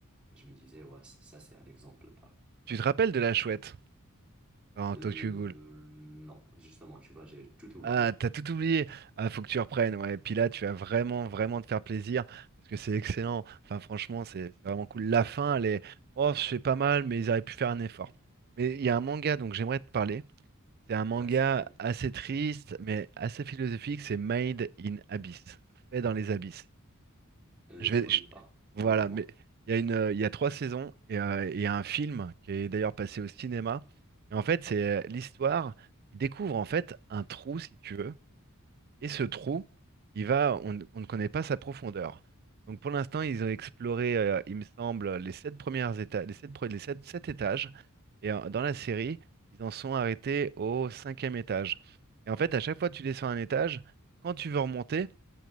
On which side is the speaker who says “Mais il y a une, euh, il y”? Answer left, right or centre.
Right